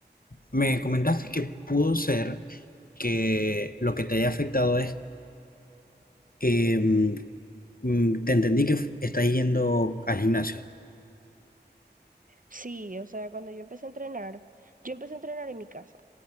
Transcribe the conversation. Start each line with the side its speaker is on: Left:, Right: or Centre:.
Left: me comentaste que pudo ser que lo que te haya afectado es, eh, mm, mm, te entendí que f- estás yendo al gimnasio,
Right: Sí, o sea, cuando yo empecé a entrenar, yo empecé a entrenar en mi casa.